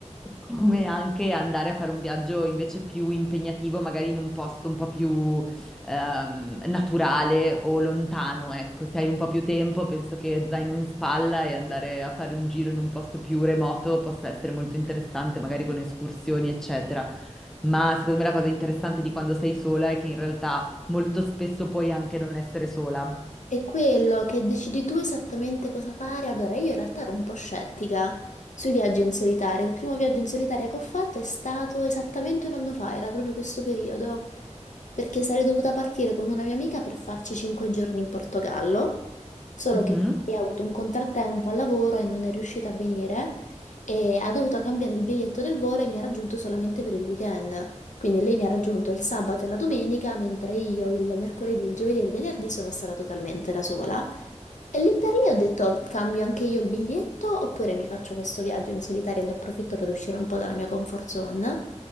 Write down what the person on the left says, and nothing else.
È quello che decidi tu esattamente cosa fare. Allora, io in realtà ero un po' scettica sui viaggi in solitaria. Il primo viaggio in solitaria che ho fatto è stato esattamente un anno fa, era proprio questo periodo, perché sarei dovuta partire con una mia amica per farci cinque giorni in Portogallo, solo
che lei ha avuto un contrattempo al lavoro e non è riuscita a venire e ha dovuto cambiare il biglietto del volo e mi ha raggiunto solamente per il weekend. Quindi lei mi ha raggiunto il sabato e la domenica, mentre io il mercoledì, il giovedì e il venerdì sono stata totalmente da sola. E lì per lì ho detto, cambio anche io il biglietto oppure mi faccio questo viaggio in solitaria e ne approfitto per uscire un po' dalla mia comfort zone.